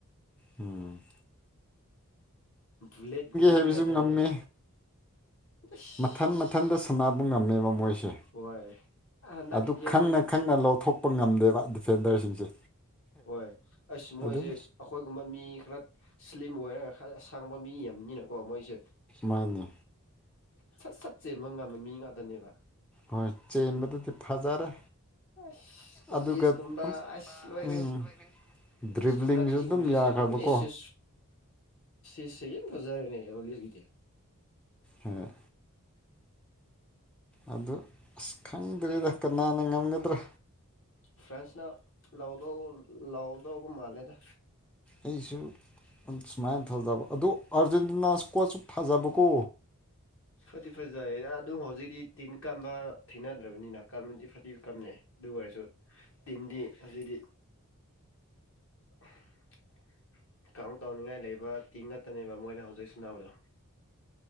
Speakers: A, in the centre; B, on the left (about 60°).
A: ꯎꯝ
B: ꯕꯨꯂꯦꯠꯒꯨꯝꯕ ꯃꯤ
A: ꯍꯥꯏꯕꯁꯨ
B: ꯉꯥꯛꯇꯅꯦꯍꯦ
A: ꯉꯝꯃꯦ
B: ꯑꯁ
A: ꯃꯊꯟ ꯃꯊꯟꯇ ꯁꯨꯅꯕ ꯉꯝꯃꯦꯕ ꯃꯣꯏꯁꯤ ꯁꯦ
B: ꯍꯣꯏ ꯍꯟꯗꯛꯀꯤꯗꯤ
A: ꯑꯗꯨ
B: ꯑꯩꯗꯤ
A: ꯈꯪꯅ ꯈꯪꯅ ꯂꯧꯊꯣꯛꯄ ꯉꯝꯗꯦꯕ ꯗꯤꯐꯦꯟꯗꯔꯁꯤꯡꯁꯦ
B: ꯍꯣꯏ ꯑꯁ ꯃꯣꯏꯁꯦ
A: ꯑꯗꯨꯝ
B: ꯑꯩꯈꯣꯏꯒꯨꯝꯕ ꯃꯤ ꯈꯔ ꯃꯨꯁꯂꯤꯝ ꯑꯣꯏꯔꯒ ꯈꯔ ꯑꯁꯥꯡꯕ ꯃꯤ ꯑꯃꯅꯤꯅꯀꯣ ꯃꯣꯏꯁꯦ
A: ꯃꯥꯅꯤ
B: ꯁꯠ ꯁꯠꯁꯦ ꯃꯪ ꯉꯕ ꯃꯤ ꯉꯥꯛꯇꯅꯦꯕ
A: ꯍꯣꯏ ꯆꯦꯟꯕꯗꯨꯗꯤ ꯐꯖꯔꯦ
B: ꯑꯁ ꯄꯂꯤꯁ
A: ꯑꯗꯨꯒ
B: ꯀꯨꯝꯕ
A: ꯑꯝ
B: ꯑꯁ ꯂꯣꯏꯔꯦ
A: ꯎꯝ ꯗ꯭ꯔꯤꯕ꯭ꯂꯤꯡꯁꯨ
B: ꯑꯦ ꯁꯥꯟꯗꯥꯒ
A: ꯑꯗꯨꯝ
B: ꯑꯣꯜꯂꯤꯁꯦ
A: ꯌꯥꯈ꯭ꯔꯕꯀꯣ
B: ꯑꯦ ꯏꯁꯦ ꯍꯖꯔꯦꯅꯦ ꯑꯂꯤꯕꯤꯗꯦ
A: ꯍꯣꯏ ꯑꯗꯨ ꯑꯁ ꯈꯪꯗ꯭ꯔꯦꯗ ꯀꯅꯥꯅ ꯉꯝꯒꯗ꯭ꯔꯥ
B: ꯐ꯭ꯔꯦꯟꯁꯅ ꯂꯥꯎꯗꯣ ꯂꯥꯎꯗꯣꯕꯨ ꯃꯥꯂꯦꯗ
A: ꯑꯩꯁꯨ ꯁꯨꯃꯥꯏꯅ ꯊꯥꯖꯕ ꯑꯗ ꯑꯥꯔꯖꯦꯟꯇꯤꯅꯥꯁꯨ ꯀꯣꯁꯨ ꯊꯥꯖꯕꯀꯣ
B: ꯐꯗꯤ ꯐꯖꯩꯌꯦ ꯑꯗꯨꯝ ꯍꯧꯖꯤꯛꯇꯤ ꯇꯤꯟ ꯀꯝꯕ ꯊꯦꯡꯅꯗ꯭ꯔꯕꯅꯤꯅ ꯀꯝꯕꯗꯤ ꯐꯗꯤ ꯀꯞꯅꯩ ꯑꯗꯨ ꯑꯣꯏꯔꯁꯨ ꯇꯤꯟꯗꯤ ꯑꯁꯤꯗꯤ <inaudible> ꯀꯥꯡꯥꯎ ꯀꯥꯎꯅꯤꯡꯉꯥꯏ ꯂꯩꯕ ꯇꯤ ꯉꯛꯇꯅꯦꯕ ꯃꯣꯏꯅ ꯍꯧꯖꯤꯛ ꯁꯅꯥꯎꯗꯣ